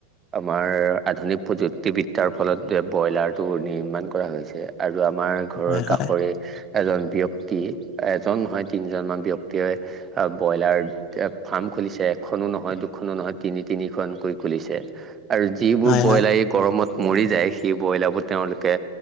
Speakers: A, on the right; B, on the left.
A: আমাৰ আধুনিক প্ৰযুক্তিবিদ্যাৰ ফলত ব্ৰইলাৰটো নিৰ্মাণ কৰা হৈছে আৰু আমাৰ ঘৰৰ
B: হয় হয়
A: কাষৰে এজন ব্যয়ক্তি কি এজন নহয় তিনিজনমানান ব্যক্তিয়ে ব্ৰইলাৰ এ ফাৰ্ম খুলিছে এখন নো নহয় দুখনো নহয় তিনি তিনিখনকৈ খুলিছে। আৰু যিবোৰ
B: হয়
A: ব্ৰইলাৰী
B: হয়
A: গৰমত মৰি যায় সেইবোৰ। বইলাৰাব তেওঁলোকে